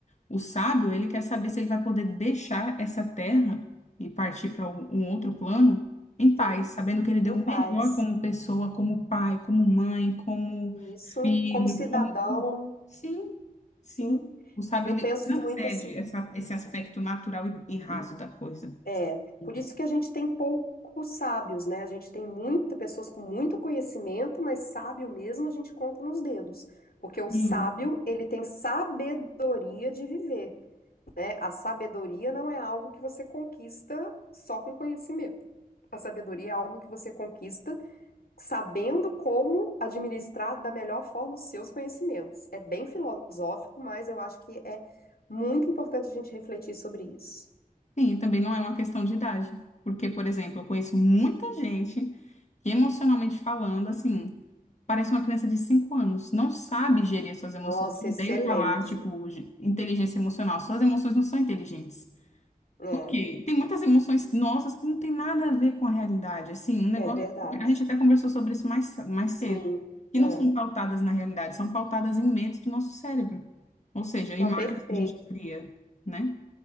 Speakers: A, on the left; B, on the left.
A: o sábio, ele quer saber se ele vai poder deixar essa terra e partir para um um outro plano em paz,
B: sim,
A: sabendo que ele deu
B: em
A: o
B: paz.
A: melhor como pessoa, como pai, como mãe, como
B: Isso,
A: filho,
B: como cidadão,
A: como... Sim, sim.
B: sim,
A: O sábio,
B: eu
A: ele
B: penso
A: não
B: muito
A: cede
B: assim.
A: essa, esse aspecto natural e, e raso da coisa.
B: É,
A: Vida.
B: por isso que a gente tem poucos sábios, né? A gente tem muitas pessoas com muito conhecimento, mas sábio mesmo a gente conta nos dedos. Porque o sábio,
A: Hum.
B: ele tem sabedoria de viver. A sabedoria não é algo que você conquista só com conhecimento. A sabedoria é algo que você conquista sabendo como administrar da melhor forma os seus conhecimentos. É bem filosófico, mas eu acho que é muito importante a gente refletir sobre isso.
A: Sim, também não é uma questão de idade. Porque, por exemplo, eu conheço muita gente que, emocionalmente falando, assim, parece uma criança de 5 anos, não sabe gerir as suas emoções.
B: Nossa,
A: Eu
B: excelente.
A: odeio falar, tipo, de inteligência emocional. Suas emoções não são inteligentes.
B: É,
A: Por quê? Tem muitas emoções nossas que não tem nada a ver com a realidade. Assim, um negócio.
B: é verdade.
A: A gente até conversou sobre isso mais, mais cedo.
B: Sim,
A: Que
B: é.
A: não são pautadas na realidade, são pautadas em medos do nosso cérebro. Ou seja,
B: Não,
A: imagens
B: perfeito.
A: que a gente cria, né?